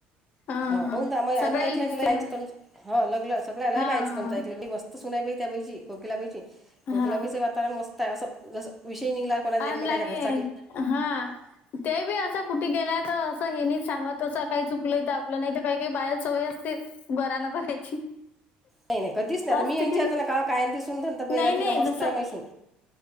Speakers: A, on the left; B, in the centre.
A: हा
B: हो
A: हा
B: होऊन मग
A: सगळ्याला
B: आम्ही ऐकय
A: दिसते
B: ल
A: ना
B: <unintelligible>
A: हा
B: तुमं
A: हा
B: ऐक मस्त सुनाय बाई त्या बाईची कोकिलाबाईची कोकिलाबाईचा
A: हा
B: वातावरण मस्त आहे असं जसं विषय निघला. कोणाच्या
A: आन
B: एकमेकाच्या
A: लागेन
B: घरचा की
A: हा. ते बी असं कुठे गेल्याय तर असं हेनीच सांगत असं काही चुकलंय तर आपलं नाही तर काही काही बायाला सवय असतील. बरा ना करायची.
B: नाही नाही कधीच नाही
A: असते
B: आता मी विचारतो
A: की नाही
B: ना का काय दिसून <unintelligible> बाय
A: नाही
B: राहतीका
A: नाही
B: मस्त
A: जसं
B: आहे माय सून.